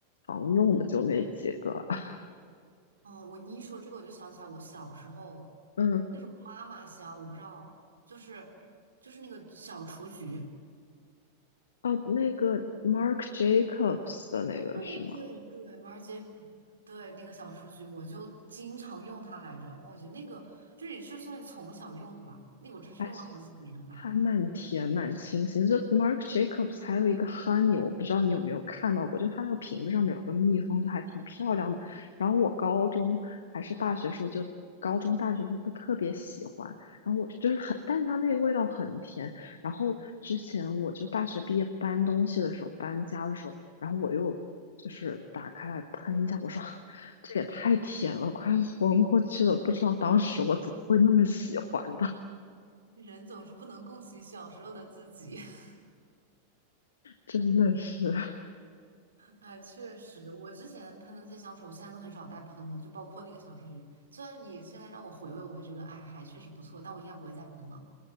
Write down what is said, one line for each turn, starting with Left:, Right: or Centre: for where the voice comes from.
Left: 常用的就那几个。<laughs>
Right: 哦，我你一说这个，我就想起来我小时候
Left: 嗯，
Right: 那种妈妈香，我不知道，就是就是那个小雏菊，
Left: 哦，那个 m a r k Jacobs 的那个是吗？
Right: 对对对 m a r j i r i e 对那个小雏菊，我就经常用它来着。哇，我觉得那个就是也是算是从小用的吧，那个我真是用了好几年来着。
Left: 还还蛮甜，蛮清新。就 Marc Jacobs 还有一个 Honey，我不知道你有没有看到过，就它那个瓶子上面有个蜜蜂，就还挺漂亮的。然后我高中还是大学时候就。高中、大学时候都特别喜欢，然后我就是很，但是它那个味道很甜。然后之前我就大学毕业搬东西的时候，搬家的时候，然后我又就是打开来喷一下，我说 <laughs> 这也太甜了，快昏过去了。不知道当时我怎么会那么喜欢的，
Right: <laughs> 人总是不能共情小时候的自己。<laughs>
Left: 真的是。
Right: 哎，确实，我之前喷的那些香水，我现在都很少再喷了，就包括那个小雏菊。虽然你现在让我回味，我会觉得，哎，还确实不错，但我应该不会再喷了。